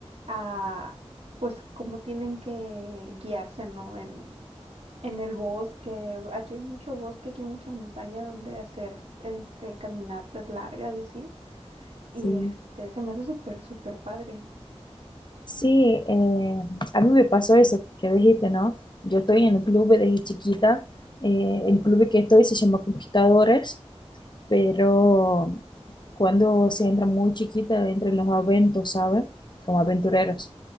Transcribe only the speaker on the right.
a, pues, cómo tienen que guiarse, ¿no? En, en el bosque, aquí hay mucho bosque, aquí hay mucha montaña donde hacer este, caminatas largas y así, y
este, se me hace súper, súper padre.